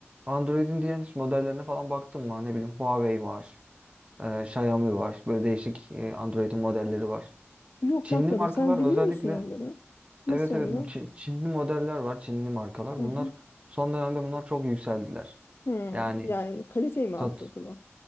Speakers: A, on the right; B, on the left.
A: Android'in diğer hiç modellerine falan baktın mı? Ne bileyim Huawei var, e, Xiaomi var. Böyle değişik e, Android'in modelleri var.
B: yok
A: Çinli
B: bakmadım.
A: markalar
B: Sen biliyor
A: özellikle
B: musun onları? Nasıl
A: evet evet
B: onlar?
A: bu Çin- Çinli modeller var, Çinli markalar.
B: Hı
A: Bunlar
B: hı.
A: son dönemde bunlar çok yükseldiler.
B: Hı.
A: Yani
B: Yani kaliteyi mi arttırdılar?
A: sat